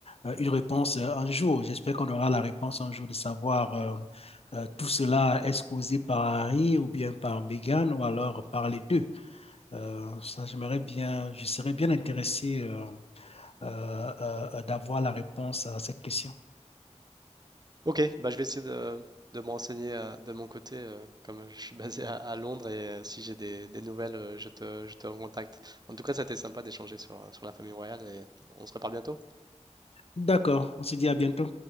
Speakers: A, on the left (about 55°); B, on the right (about 35°).
A: euh, une réponse euh, un jour. J'espère qu'on aura la réponse un jour de savoir euh, euh, tout cela est-ce causé par Harry ou bien par Meghan ou alors par les deux. Euh, ça, j'aimerais bien, je serais bien intéressé euh, euh, euh, euh, d'avoir la réponse à cette question.
B: Ok, bah je vais essayer de, de me renseigner euh, de mon côté, euh, comme je suis basé à, à Londres, et euh, si j'ai des, des nouvelles, euh, je te, je te recontacte. En tout cas, ça a été sympa d'échanger sur, euh, sur la famille royale, et on se reparle bientôt.
A: D'accord, on se dit à bientôt.